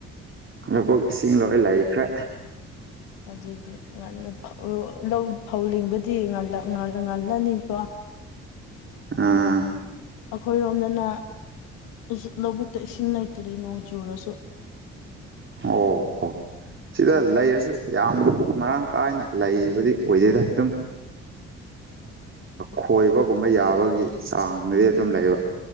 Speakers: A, on the right; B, on the left.
A: ꯂꯥꯕꯨꯛ ꯏꯁꯤꯡ ꯂꯣꯏ ꯂꯩꯈ꯭ꯔꯦ
B: ꯑꯗꯨꯗꯤ ꯉꯟꯅ ꯐꯧ ꯂꯣ ꯂꯧ ꯐꯧ ꯂꯤꯡꯕꯗꯤ ꯉꯜꯂꯥ-ꯉꯜꯂꯥ-ꯉꯜꯂꯅꯤꯀꯣ
A: ꯎꯝ
B: ꯑꯈꯣꯏꯔꯣꯝꯗꯅ ꯏꯁꯤꯡ ꯂꯧꯕꯨꯛꯇ ꯏꯁꯤꯡ ꯂꯩꯇꯥꯔꯤ ꯅꯣꯡ ꯆꯨꯔꯥꯁꯨ
A: ꯑꯣ-ꯑꯣ ꯁꯤꯗ ꯂꯩꯔꯁꯨ ꯌꯥꯝ ꯃꯔꯥꯡ ꯀꯥꯏꯅ ꯂꯩ ꯌ ꯑꯣꯏꯗꯇꯝ ꯈꯣꯏꯕꯒꯨꯝꯕ ꯌꯥꯕꯒꯤ ꯆꯥꯡꯅꯗꯤ ꯑꯗꯨꯝ ꯂꯩꯕ